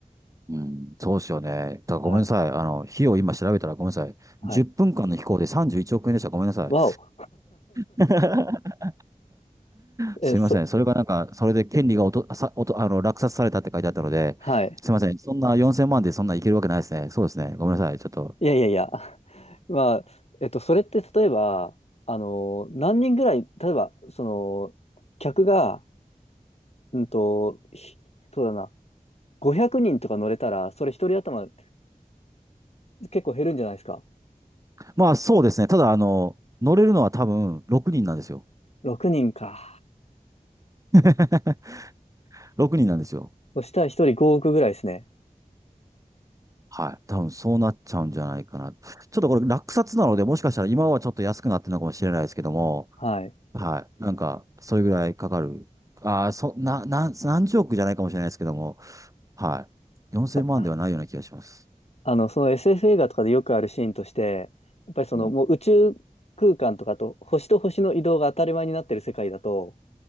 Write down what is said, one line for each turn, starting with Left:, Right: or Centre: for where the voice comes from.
Right: うん、そうですよね。ただごめんなさい。
Left: はい。
Right: あの、費用今調べたらごめんなさい。
Left: はい。
Right: 10分間の飛行で31億円でした。ごめんなさい。
Left: わお。
Right: <laughs> すいません。
Left: <laughs> え、そ、
Right: それがなんか、それで権利がおと、さ、おと、あの、落札されたって書いてあったので、
Left: はい。
Right: すいません。そんな4000万でそんないけるわけないですね。そうですね。ごめんなさい。ちょっと。
Left: いやいやいや。<laughs> まあ、えっと、それって例えば、あの、何人ぐらい、例えば、その、客が、うんと、ひそうだな、500人とか乗れたら、それ一人頭結構減るんじゃないですか。
Right: まあそうですね。ただ、あの、乗れるのは多分6人なんですよ。
Left: 6人か。
Right: <laughs> 6人なんですよ。
Left: そしたら1人5億ぐらいですね。
Right: はい。多分そうなっちゃうんじゃないかな。ちょっとこれ落札なので、もしかしたら今はちょっと安くなってるのかもしれないですけども、
Left: はい。
Right: はい。なんか、それぐらいかかる。ああ、そ、な、な、何十億じゃないかもしれないですけども、はい。4000万ではないような気がします。
Left: たあの、その SF 映画とかでよくあるシーンとして、やっぱりそのもう宇宙空間とかと星と星の移動が当たり前になってる世界だと、
Right: うん。